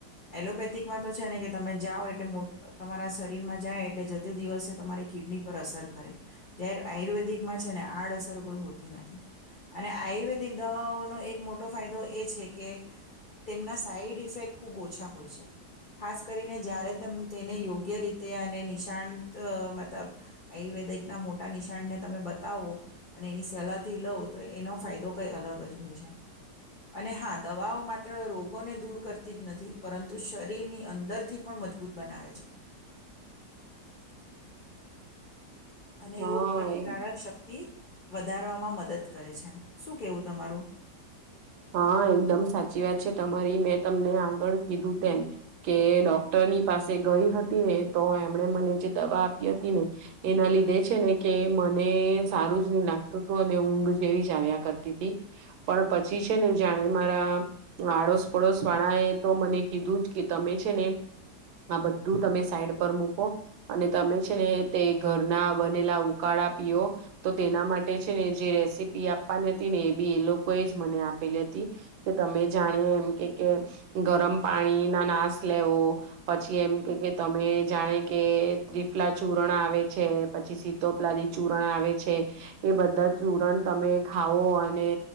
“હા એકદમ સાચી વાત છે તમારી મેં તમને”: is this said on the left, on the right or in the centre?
Right